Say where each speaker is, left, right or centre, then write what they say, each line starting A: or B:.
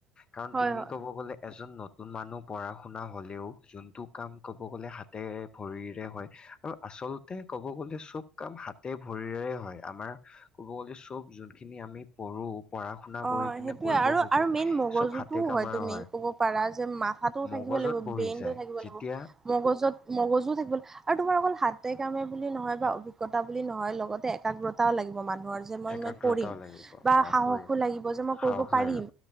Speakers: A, on the left; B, on the right.
A: কাৰণ
B: হয়
A: তুমি
B: হয়
A: ক'ব গ'লে এজন নতুন মানুহ পঢ়া শুনা হ'লেও যোনটো কাম ক'ব গ'লে হাতেৰে ভৰিৰে হয় আৰু আচলতে ক'ব গ'লে চব কাম হাতে ভৰিৰে হয় আমাৰ ক'ব গ'লে চব যোনখিনি আমি পঢ়ো পঢ়া শুনা
B: অ
A: কৰি কিনে
B: সেইটোয়ে
A: কৰিব
B: আৰু
A: খোজো
B: আৰু মেইন মগজুটোও
A: চব হাতে কামাৰ
B: তুমি
A: হয়।
B: ক'ব পাৰা যে মাথাটো
A: ম
B: থাকিব
A: কজত
B: লাগিব
A: বহি
B: ব্ৰেইনটো
A: যায়
B: থাকিব
A: যেতিয়া
B: লাগিব মগজত মগজু থাকিব সেইটো বাৰু অকল হাতে কামে বুলি নহয় বা অভিজ্ঞতা বুলি নহয় লগতে একাগ্ৰতাও লাগিব মানুহ ব্ৰজ মন
A: একাগ্ৰতাও
B: মই কৰিম
A: লাগিব
B: বা
A: অ
B: সাহস
A: কৰিম
B: লাগিব যে মই
A: সাহস
B: কৰিব পাৰিম
A: লাগিব